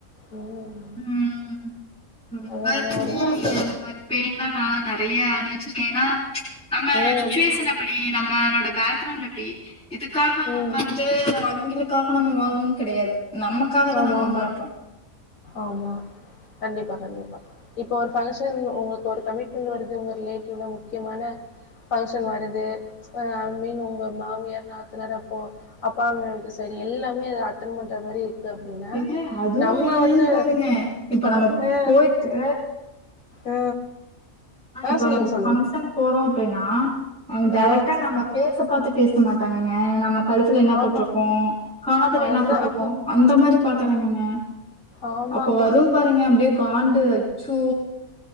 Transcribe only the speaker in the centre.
ம் ரொம்ப
இருக்குமோ
அந்த மாரி பெயின்ல நா நறைய அணிவிச்சிருக்க ஏன்னா நம்ம
சுச்சிவேஷன் அப் எப்டி நம்மளோட பேக்ரவுண்ட் எப்டி இதுக்காக
உட்காந்து அவிங்களுக் காக நம்ம வாழணுனு கெடையாது நம்ம தா
வாழ்றோ
ஏங்க அதுவு
என்னன்
பாருங்க இப்ப நம்ம
போயிட்டு
ஆ இப்போ
நம்ம
பங்க்ஷன் போறோ அப்டின்னா அவுங்க டேரெக்ட்டா
நம்ம பேச பாத்து பேச மாட்டாங்கங்க நம்ம கழுத்துல என்னாப்
போட்ருக்கோ காதுல
என்னாப் போட்ருக்கோ அந்த மாரி பாக்கறாங்கங்க
அப்ப வரும் பாருங்க அப்டியே காண்டு அச்சோ